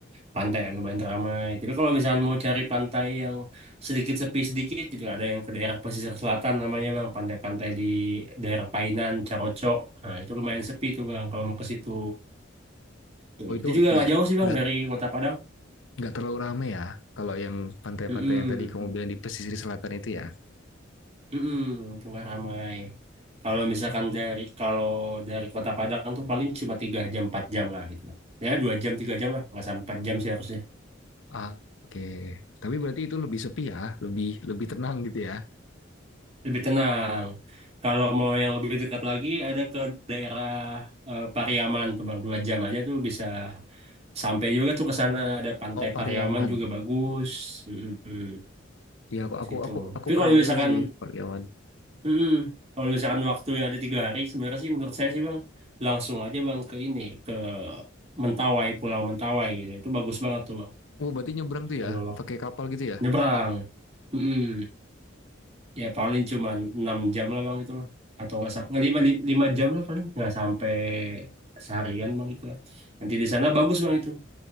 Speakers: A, on the right; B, on the left.
A: pantai yang lumayan ramai tapi kalau misalkan mau cari pantai yang sedikit sepi sedikit gitu ada yang ke daerah pesisir selatan namanya bang pantai-pantai di daerah Painan Carocok nah itu lumayan sepi tuh bang kalau mau ke situ tuh
B: Oh, itu
A: itu juga
B: nggak
A: nggak jauh sih bang
B: nggak
A: dari kota Padang
B: nggak terlalu ramai ya. Kalau yang pantai-pantai
A: Mm-mm.
B: yang tadi kamu bilang di pesisir selatan itu ya.
A: Mm-mm, keluar ramai. Kalau misalkan dari kalau dari Kota Padang tuh paling cuma tiga jam 4 jam lah gitu lah. Ya dua jam tiga jam lah, nggak sampai empat jam sih harusnya.
B: Ah, oke. Okay. Tapi berarti itu lebih sepi ya, lebih lebih tenang gitu ya.
A: Lebih tenang. Kalau mau yang lebih dekat lagi ada ke daerah eh, Pariaman tuh bang, dua jam aja tuh bisa sampai juga tuh ke sana ada Pantai
B: Oh, Pariaman.
A: Pariaman juga bagus. Mm-mm,
B: Ya, aku aku
A: situ.
B: aku aku
A: Tapi
B: pernah
A: kalau
B: denger
A: misalkan
B: sih Pariaman.
A: Mm-mm. Kalau misalkan waktu ada tiga hari, sebenarnya sih menurut saya sih bang, langsung aja bang ke ini, ke Mentawai, Pulau Mentawai gitu. Itu bagus banget tuh bang,
B: Oh, berarti nyebrang tuh
A: kalau
B: ya,
A: waktu
B: pakai kapal gitu ya?
A: nyebrang. Mm-mm. Ya paling cuma 6 jam lah bang itu bang. Atau nggak sampai, 5 5 jam lah paling, nggak sampai seharian bang gitu lah. Nanti di sana bagus bang itu.